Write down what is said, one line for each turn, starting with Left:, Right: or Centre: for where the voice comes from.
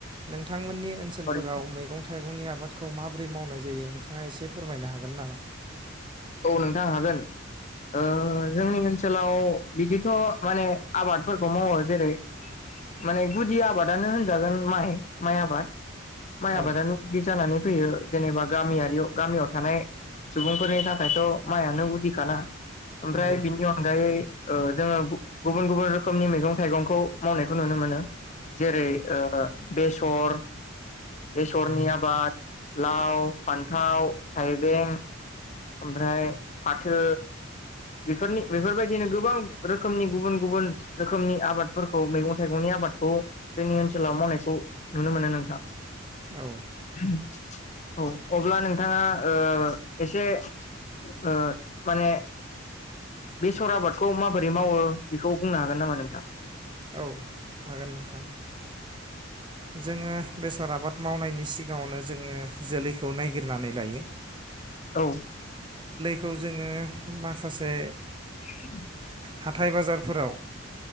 Right: नोंथांमोननि ओनसोलफोराव
Left: सरि
Right: मैगं-थाइगं मैगं-थाइगंनि आबादखौ माबोरै मावनाय जायो नोंथाङा एसे फोरमायनो हागोन नामा?
Left: औ नोंथां हागोन ओ जोंनि ओनसोलाव बिदिथ' माने आबादफोरखौ मावो जेरै माने गुदि आबादानो होनजागोन माइ माइ आबाद। माइ
Right: औ
Left: आबादानो बिदि जानानै फैयो। जेनेबा गामियारियाव गामियाव थानाय सुबुंफोरनि थाखाय ओमफ्रायथ' माइआनो गुदिखाना। ओमफ्राय
Right: नंगौ
Left: बिनि अनगायै। ओ जोङो गुबुन-गुबुन रोखोमनि मैगं थाइगंखौ मावनायखौ नुनो मोनो। जेरै
Right: औ
Left: ओ बेसर बेसरनि आबाद लाव फान्थाव थाइबें। ओमफ्राय फाथो बेफोरनि बेफोरबायदिनो गोबां रोखोमनि गुबुन-गुबुन रोखोमनि आबादफोरखौ मैगं थाइगंनि आबादखौ जोंनि ओनसोलाव मावनायखौ नुनो मोनो नोंथां।
Right: औ
Left: <inaudible> औ अब्ला नोंथांङा ओ एसे ओ माने बेसर आबादखौ माबोरै मावो बेखौ बुंनो हागोन नामा नोंथां?
Right: औ हागोन नोंथां। जोङो बेसर आबाद मावनायनि सिगाङावनो जोङो जोलैखौ नायगिरनानै लायो।
Left: औ
Right: खौ जोङो माखासे
Left: उ <inaudible>
Right: हाथाय बाजारफोराव